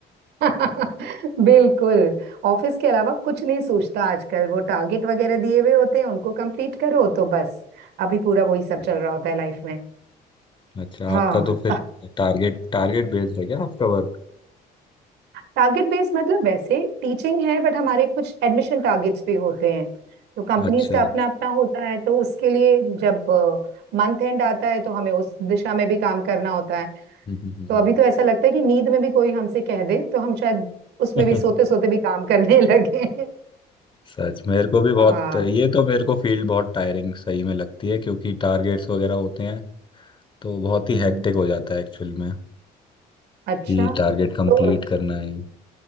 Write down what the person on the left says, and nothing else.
हम्म,
अच्छा
आपका तो फिर टारगेट टारगेट बेस्ड है क्या आपका वर्क
अच्छा
हम्म,
हम्म, हम्म,
<laughs> हम्म।
सच मेरे को भी बहुत
ये तो मेरे को फील्ड बहुत टायरिंग सही में लगती है क्योंकि टारगेट्स वगैरह होते हैं तो बहुत ही
हेक्टिक हो जाता है एक्चुअल में
कि टारगेट कंप्लीट
करना है